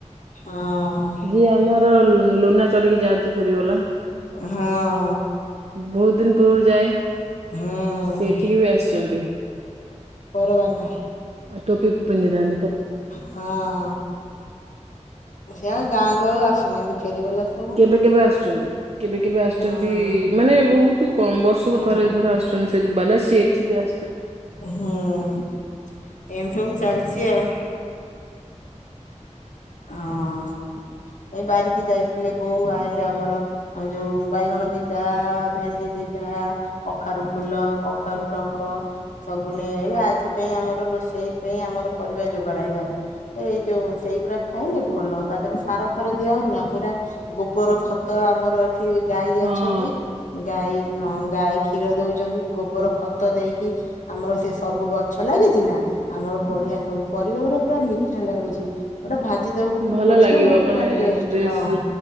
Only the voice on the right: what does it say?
ଯିଏ ଆମର ଲ ଲୁନା ଚଢ଼ିକି ଯାଆନ୍ତି ଫେରିବାଲା।
ବହୁତ ଦିନ ପୂର୍ବରୁ ଯାଏ
ସେ ଏଠିକି ବି ଆସିଛନ୍ତି।
ଟୋପି ପିନ୍ଧି ଥାନ୍ତି।
କେବେ କେବେ ଆସୁଛନ୍ତି। କେବେ କେବେ ଆସୁଛନ୍ତି
ମାନେ ବହୁତ କମ ବର୍ଷକୁ
ଥରେ ଦି ଥରେ ଆସ ଚ ଫେରି ବାଲା ସିଏ ଏଠିକି ଆ
ହଁ
ଭଲ
ଲାଗିବ ମାନେ
ଦେଶ